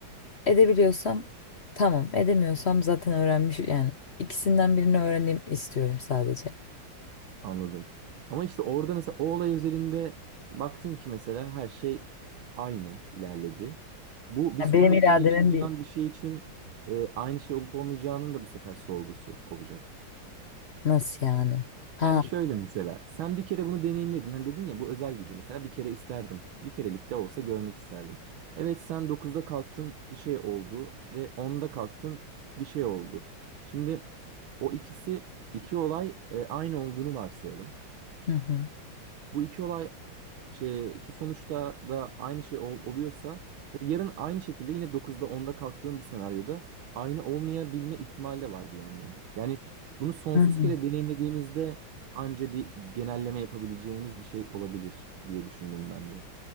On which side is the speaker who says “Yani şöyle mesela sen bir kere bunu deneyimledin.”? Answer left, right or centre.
Right